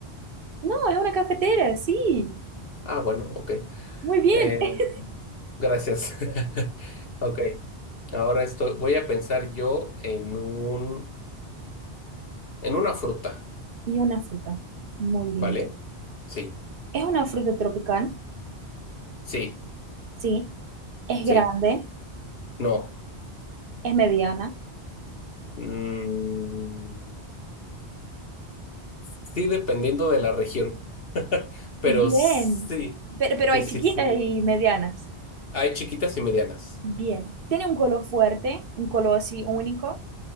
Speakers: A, on the right; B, on the left.
A: No, es una cafetera, sí.
B: Ah, bueno, ok.
A: Muy bien.
B: Eh,
A: <laughs>
B: gracias. <laughs> Ok, ahora estoy, voy a pensar yo en un, en una fruta,
A: Y una fruta. Muy bien.
B: ¿vale? Sí,
A: Es una fruta tropical.
B: sí,
A: Sí. Es
B: sí,
A: grande.
B: no.
A: Es mediana.
B: Mm, sí, dependiendo de la región, <laughs> pero
A: Bien,
B: sí,
A: pero, pero
B: sí,
A: hay
B: sí,
A: chiquitas
B: sí.
A: y medianas.
B: Hay chiquitas y medianas.
A: Bien, tiene un color fuerte, un color así único,